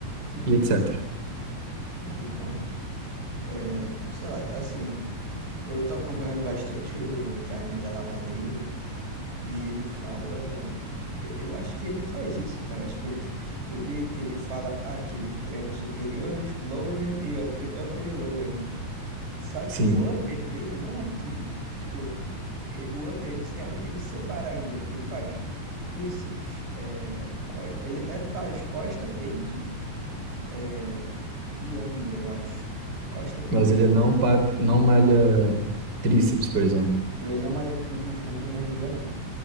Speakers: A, on the right; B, on the right.
A: Uhum,
B: e etc.
A: entendi, bom. É, sei lá, assim. Eu tô acompanhando bastante o Jaime de la Madrid, né? E ele fala. Eu acho que ele faz isso, cara. Tipo, ele... Eu vi que ele fala, ah, que ele treina superiores, lower e upper, upper e lower, né? Só que
B: Sim,
A: o upper dele não é tudo. Tipo, ele- o upper ele, se- realmente- ele separa ainda. Tipo, ele faz bíceps, é... cos- ele até faz costa, peito, é... e ombro, eu acho. Costa, peito
B: mas ele
A: e ombro.
B: não, pa- não malha tríceps, por exemplo.
A: Ele não malha tudo junto no mesmo dia, não, cara.